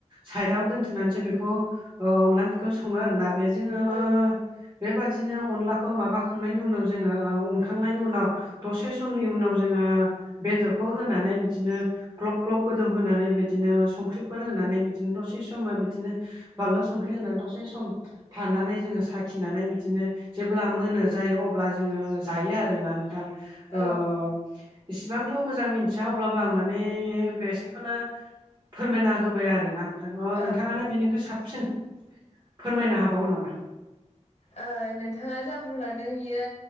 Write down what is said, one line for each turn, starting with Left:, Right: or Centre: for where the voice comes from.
Right: साइदाव दोनथ'नानैसो बेखौ ओ अनदला ओंख्रिखौ सङो आरोना बे जोङो
Left: औ
Right: ओ बेबायदिनो अनलाखौ माबाखांनायनि उनाव जोङो ओ उनखांनायनि उनाव दसे समनि उनाव जोङो बेदरखौ होनानै बिदिनो ग्लब-ग्लब गोदौ होनानै बिदिनो संख्रिफोर होनानै बिदिनो दसे समाव बिदिनो बानलु संख्रि होनानै दसे सम थानानै जोङो साखिनानै बिदिनो जेब्ला मोनो जायो अब्ला जोङो जायो आरोना नोंथां
Left: औ
Right: ओ इसिबांथ' मोजां मिथिया अब्लाबो आं माने बेसेखौनो फोरमायना होबाय आरो ना नोंथां ओ
Left: औ
Right: नोंथाङानो बिनिख्रुइ साबसिन फोरमायनो हाबावगोन नामा?
Left: ओ नोंथाङा जा बुंलांदों इयो